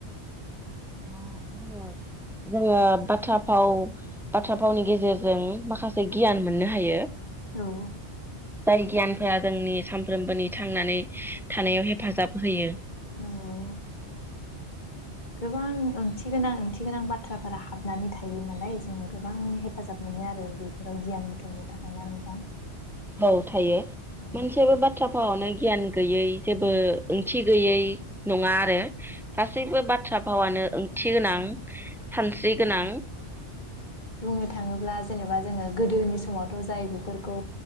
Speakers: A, in the centre; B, on the left.
A: <unintelligible> जोङो बाथ्रा फाव बाथ्रा फावनि गेजेरजों माखा से गियान मोननो हायो।
B: औ
A: जाय गियान फोरा जोंनि सानफ्रोमबोनि थांनानै थानायाव हेफाजाब होयो।
B: नंगौ गोबां ओंथि गोनां ओंथि गोनां बाथ्राफोरा हाबनानै थायो नालाय जों गोबां हेफाजाब मोनो आरो बेफोराव गियान बुथुमनो थाखाय। नंगौना नोंथां?
A: औ थायो।
B: औ
A: मोनसेबो बाथ्रा फावआवनो गियान गैयै जेबो ओंथि गैयै नङा आरो गासैबो बाथ्रा फावानो ओंथि गोनां। सानस्रि गोनां।
B: बुंनो थाङोब्ला जेनेबा जोङो गोदोनि समावथ' जाय बेफोरखौ